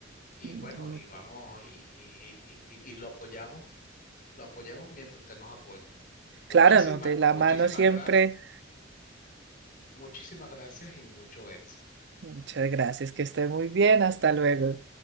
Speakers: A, on the left (about 45°); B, on the right (about 60°).
A: y
B: Mm,
A: bueno, y vamos y, y- y- y- y lo apoyamos, lo apoyamos mientras usted nos apoye. Muchísimas,
B: Claro, no, de la
A: muchísimas
B: mano siempre.
A: gracias, muchísimas gracias y mucho éxito.
B: Muchas gracias, que esté muy bien, hasta luego.